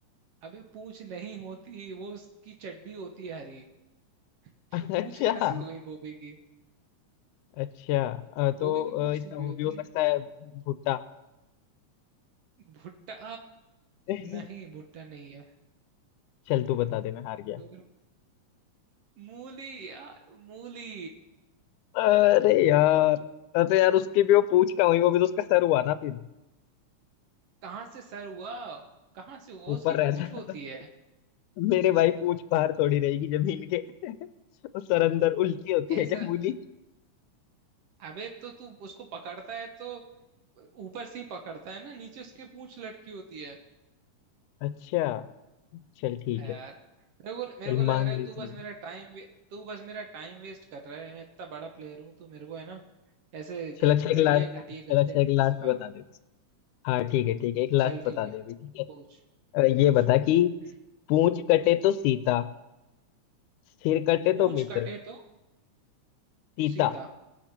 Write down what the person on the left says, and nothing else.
<laughs>
अच्छा
अच्छा अ,
तो अ,
इसका
वो
भी हो सकता
है भुट्टा
<laughs>
चल तू बता दे मैं हार गया
अरे यार अरे यार उसकी भी वो पूंछ का हुई वो भी तो उसका सर हुआ ना फिर
ऊपर
रहता
<laughs>
मेरे भाई पूंछ बाहर थोड़ी रहेगी जमीन के <laughs> और सर अंदर उल्टी होती
है क्या मूली
अच्छा चल ठीक
है
चल
मान
लेता
हूँ
चल
अच्छा एक
लास्ट
चल
अच्छा
एक लास्ट
बता दे हाँ ठीक है ठीक है एक लास्ट
बता
दे अभी ठीक है
अ, ये
बता कि
पूंछ कटे तो सीता सिर कटे
तो मित्र
सीता